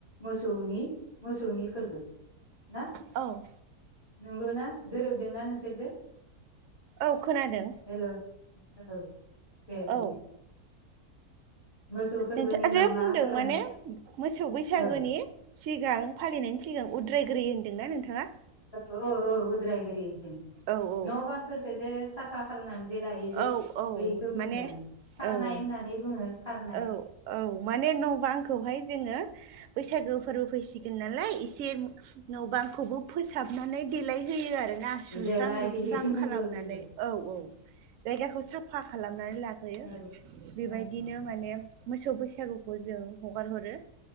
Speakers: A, on the left; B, on the right.
A: मोसौनि मोसौनि फोरबो ना
B: औ
A: नंगौना गोरोबदोंना नोंसोरदो?
B: औ खोनादों
A: हेल' औ दे बुं
B: औ
A: मोसौ फोरबोनि
B: नोंथाङा
A: उनाव
B: जे
A: मा
B: बुंदों
A: खालामो
B: माने मोसौ बैसागुनि
A: औ
B: सिगां फालिनायनि सिगां उद्रायग्रो होन्दोंना नोंथाङा
A: औ औ औ उद्रायग्रोयो जों
B: औ औ
A: न' बांफोरखो जे साफा खालायनानै लायो जे
B: औ औ
A: बेखौ बुंदों
B: माने
A: आं थारनाय
B: औ
A: होननानै बुङो। थारनाय
B: औ औ माने न'बा खौहाय जोङो बैसागो फोरबो फैसिगोन नालाय एस फिन न' बांखौबो फोसाबनानै देलायहोयो आरो। ना सुस्रां
A: देलाय
B: लोबस्रां
A: होयो नंगौ
B: खालामनानै
A: नंगौ
B: औ औ जायगाखौ साफा खालामनानै लाग्रोयो
A: औ
B: बेबाय
A: औ
B: दिनो माने मोसौ बैसागुखौ जों हगार हरो